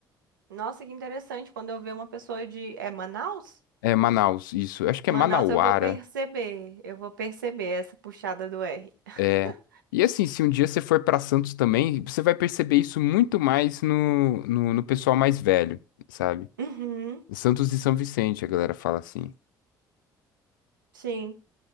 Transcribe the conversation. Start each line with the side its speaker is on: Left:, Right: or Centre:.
Right: Nossa, que interessante. Quando eu ver uma pessoa de. É Manaus?
Left: É Manaus, isso. Eu acho que
Right: Manaus
Left: é Manauara.
Right: eu vou perceber. Eu vou perceber essa puxada do R. <laughs>
Left: É. E assim, se um dia você for para Santos também, você vai perceber isso muito mais no, no, no pessoal mais velho, sabe?
Right: Uhum,
Left: Santos e São Vicente, a galera fala assim.
Right: sim.